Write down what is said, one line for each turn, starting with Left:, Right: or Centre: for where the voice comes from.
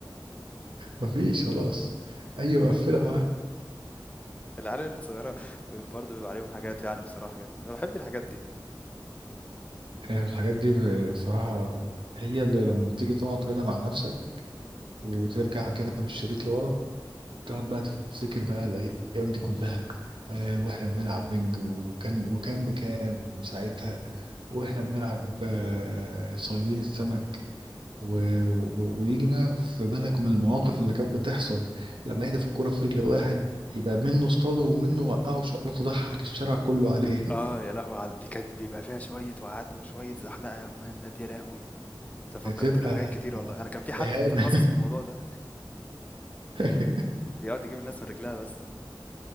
Right: ما فيش خلاص اي مقفلة معاه
Left: العيال الصغيرة برضه بيبقى عليهم حاجات يعني بصراحة كده أنا بحب الحاجات دي
Right: آه، الحاجات دي ب- بصراحة هي اللي لما بتيجي تقعد كده مع نفسك وترجع كده بالشريط لورا تقعد بقى تفتكر بقى الأيام دي كلها آه، وإحنا بنلعب بنج وكان وكان بكام ساعتها وإحنا بنلعب آه، صيادين السمك و... و... ويجي بقى في بالك من المواقف اللي كانت بتحصل لما يهدف الكرة في رجل واحد يبقى منه اصطاده ومنه وقعه شقلطه ضحك الشارع كله عليه
Left: اه يا لهوي على- دي كانت بيبقى فيها شوية وقعات وشوية زحلقة يا مهند يا لهوي تفكرتني
Right: <laughs> بتبقى
Left: بحاجات كتير والله انا كان في حد
Right: إهانة
Left: متخصص في الموضوع ده
Right: <laughs>
Left: يقعد يجيب الناس من رجلها بس